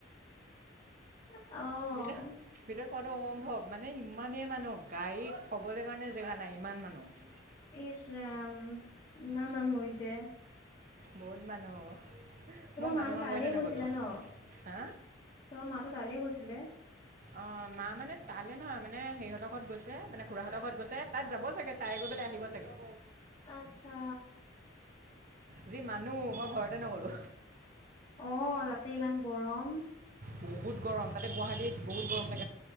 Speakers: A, on the left; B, on the right.
A: অ'
B: বিত ভিতৰত খোৱা টো সম্ভৱ মানে ইমানেই মানুহ গাড়ীত থ'বলৈ কাৰণে জেগা নাই ইমান মানুহ।
A: ইছৰাম ইমান মানুহ হৈছে।
B: বহুত মানুহ।
A: তোমাৰ
B: মই
A: মাটো
B: মানুহৰ
A: তালে
B: ভয়তে নগ'লোঁ
A: গৈছিলে ন?
B: হা
A: তোমাৰ মাটো তালে গৈছিলে।
B: অ মা মানে তালে নহয় মানে সেইহঁতৰ ঘৰত গৈছে মানে খুৰাহঁতৰ ঘৰত গৈছে তাত যাব চাগে চাই গৈ পেলাই আহিব চাগে।
A: আচ্ছা।
B: যি মানুহ মই ভয়তে নগ'লো।
A: অ'তাতে ইমান গৰম।
B: বহুত গৰম তাতে গুৱাহাটীত বহুত গৰম লাগে।